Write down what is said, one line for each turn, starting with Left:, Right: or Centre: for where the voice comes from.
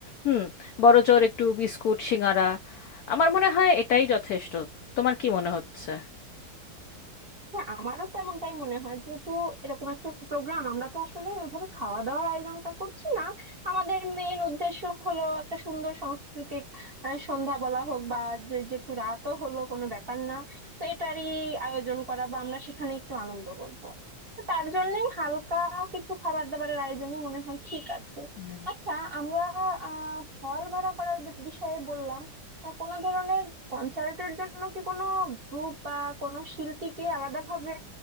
Left: হুম বড়জোর একটু বিস্কুট সিঙারা আমার মনে হয় এটাই যথেষ্ট তোমার কি মনে হচ্ছে
Right: হ্যাঁ আমারও তো এমনটাই মনে হয় যেহেতু এরকম একটা প্রোগ্রাম আমরা তো আসলে ওইভাবে খাওয়া দাওয়ার আয়োজনটা করছি না আমাদের মেইন উদ্দেশ্য হলো একটা সুন্দর সাংস্কৃতিক আহ, সন্ধ্যা বলা হোক বা যে যে একটু রাতও হলো কোনো ব্যাপার না তো এটারই আয়োজন করা বা আমরা সেখানে একটু আনন্দ করব তো তার জন্যই হালকা কিছু খাবার দাবারের আয়োজনই মনে হয় ঠিক আছে
Left: হুম
Right: আচ্ছা আমরা আহ হল ভাড়া করার বিষয়ে বললাম তা কোনো ধরনের কনসার্টের জন্য কি কোনো গ্রুপ বা কোনো শিল্পীকে আলাদাভাবে